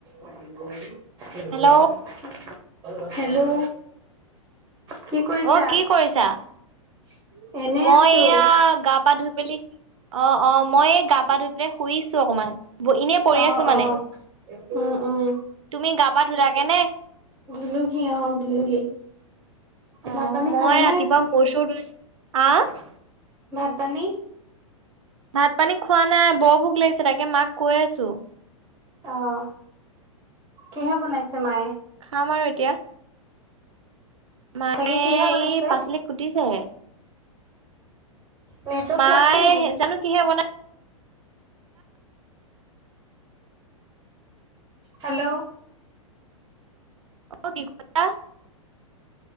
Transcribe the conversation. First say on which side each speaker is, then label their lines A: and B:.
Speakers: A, on the right; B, on the right.
A: <unintelligible>
B: হেল্ল'
A: হেল্ল' কি কৰিছা?
B: অ' কি কৰিছা?
A: <unintelligible>
B: মই
A: আছো।
B: এইয়া গা পা ধুই পেলি, অ'অ' মই এই গা পা ধুই- এনেই শুইছো অকমান, এনেই পৰি
A: অ',
B: আছো মানে।
A: অ', উম, উম,
B: তুমি গা পা ধুলাগে নে?
A: ধুলুহি অঁ' ধুলুহি।
B: অঁ'
A: ভাত পানী
B: মই
A: খালানে?
B: ৰাতিপুৱা মোৰ চুৰ ধুইছিলো, আঁ!
A: ভাত পানী?
B: ভাত পানী খোৱা নাই বৰ ভোক লাগিছে তাকে মাক কৈ আছো।
A: অঁ' কি বনাইছে মায়ে?
B: খাম আৰু এতিয়া। মায়ে
A: তাকে কিহে বনাইছে?
B: এই পাচলি কুটিছেহে।
A: নেটৱৰ্ক
B: মায়ে,
A: পোৱা নাই নেকি?
B: জানো কিহে বনাই?
A: হেল্লৌ'
B: অও' কি কলা?